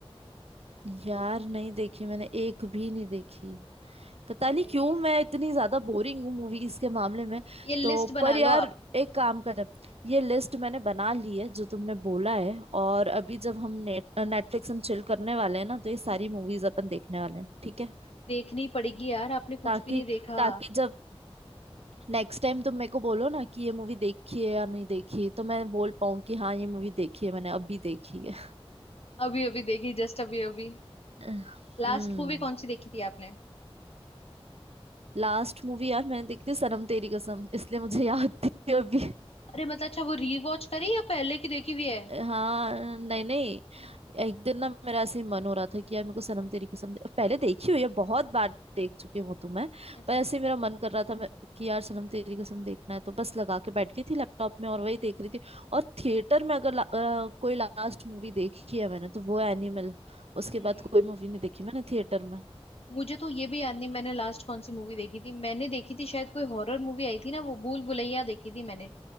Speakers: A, on the right; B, on the left.
A: यार नहीं देखी मैंने एक भी नहीं देखी पता
B: है।
A: नहीं क्यों मैं इतनी ज्यादा बोरिंग हूँ मूवीज के मामले में
B: ये लिस्ट
A: तो
B: बना
A: पर यार
B: लो आप
A: एक काम करें ये लिस्ट मैंने बना ली है जो तुमने बोला है और अभी जब हम नेट नेटफ्लिक्स एंड चिल करने वाले हैं ना तो ये सारी
B: हम्म।
A: मूवीज अपन देखने वाले हैं ठीक है
B: देखनी पड़ेगी यार आपने कुछ
A: ताकि
B: भी नहीं देखा
A: ताकि जब नेक्स्ट टाइम तुम मेरे को बोलो ना कि ये मूवी देखी है या नहीं देखी तो मैं बोल पाऊँ कि हाँ ये मूवी देखी है मैंने अभी देखी है
B: अभी अभी देखी जस्ट अभी अभी
A: <laughs>
B: लास्ट
A: हम्म
B: मूवी कौन सी देखी थी आपने
A: लास्ट मूवी यार मैंने देखी थी सनम तेरी कसम इसलिए मुझे याद थी अभी
B: अरे मतलब अच्छा वो रीवॉच करी या पहले की देखी हुई है
A: हाँ नहीं नहीं एक दिन ना मेरा ऐसे ही मन हो रहा था कि यार मेरे को सनम तेरी कसम दे- पहले देखी हुई है बहुत बार देख चुकी हूँ तो मैं
B: अच्छा
A: पर ऐसे ही मेरा मन कर रहा था मैं कि यार सनम तेरी कसम देखना है तो बस लगा के बैठ गई थी लैपटॉप में और वही देख रही थी और थिएटर में अगर ला, अ, कोई लास्ट मूवी देखी है मैंने तो वो एनिमल उसके
B: हम्म
A: बाद कोई मूवी नहीं देखी मैंने थिएटर में
B: मुझे तो ये भी याद नहीं मैंने लास्ट कौन सी मूवी देखी थी मैंने देखी थी शायद कोई हॉरर मूवी आई थी ना वो भूल भुलैया देखी थी मैंने